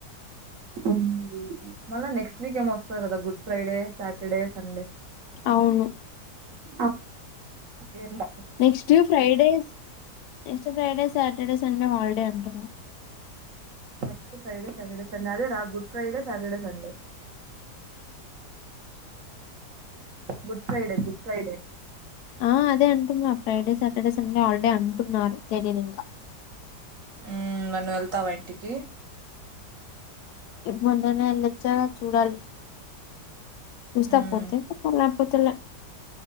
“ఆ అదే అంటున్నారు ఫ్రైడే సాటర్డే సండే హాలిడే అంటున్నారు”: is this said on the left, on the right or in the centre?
Left